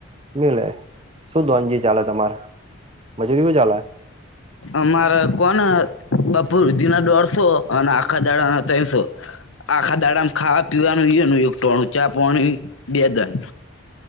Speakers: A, on the right; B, on the left.
A: મિલે શું દનજી ચાલે તમારે? મજૂરીઓ ચાલે.
B: અમારે કોને બપુરુધિના દોઢસો અને આખા દાડાના ત્રસો. આખા દાડામાં ખાવા પીવાનું નું યણ ચા પાણી બેદન.